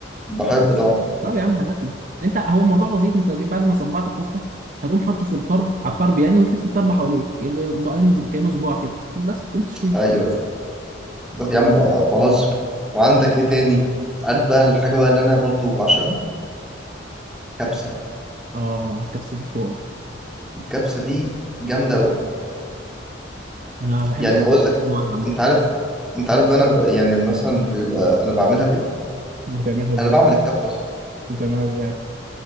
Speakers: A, in the centre; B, on the right.
A: بحب طعم
B: طب يا عم هتاكله انت هو الموضوع بسيط انت جيب- بعد ما صبعت الكفته هتقوم حاطه في الطرب على الطرب يعني وتلف الطرب حواليه كانه كانه صباع كده بس تقوم تشويه
A: ايوه بس يا عم ب- بهزر وعندك ايه تاني عارف بقى الحاجة بقى اللي انا برضو بعشقها كبسة بقى
B: اه الكبسة دي حوار
A: الكبسة دي جامدة أوي
B: انا بحب
A: يعني
B: الكبسة
A: هقول لك
B: انواعها عامة
A: انت عارف انت عارف انا ب... يعني مثلا بيبقى انا بعملها بايه
B: بتعملها ازاي
A: انا بعمل الكبسة اصلا
B: بتعملها ازاي